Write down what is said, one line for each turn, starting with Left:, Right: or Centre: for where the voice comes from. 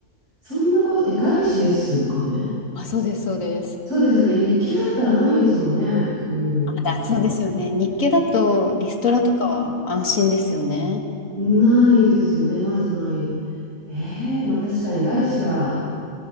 Right: そんなこと、え、外資ですかね
Left: あ、そうです、そうです。
Right: そうですよね。日系だったらないですもんね。そういうことは。
Left: あ、だ、そうですよね。日系だとリストラとかは安心ですよね。
Right: うん。ないですよね。まずない。えー、まあ確かに外資は